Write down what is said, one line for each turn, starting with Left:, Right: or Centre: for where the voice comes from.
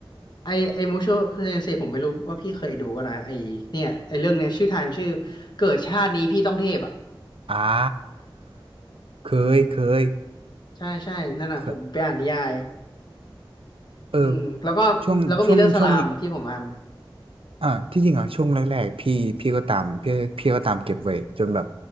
Left: ไอไอมูโชเซนเซผมไม่รู้ว่าพี่เคยดูปะนะไอเนี่ยไอเรื่องเนี้ยชื่อไทยมันชื่อเกิดชาตินี้พี่ต้องเทพอ่ะ
Right: อ่าเคยเคย
Left: ใช่ใช่นั่นน่ะผมไปอ่านนิยาย
Right: เคยเออ
Left: อืมแล้วก็แล้วก็มีเรื่องสลามที่ผมอ่าน
Right: ช่วงช่วงช่วง อ่าที่จริงอ่ะช่วงแรกๆพี่พี่ก็ตามพี่พี่ก็ตามเก็บไว้จนแบบ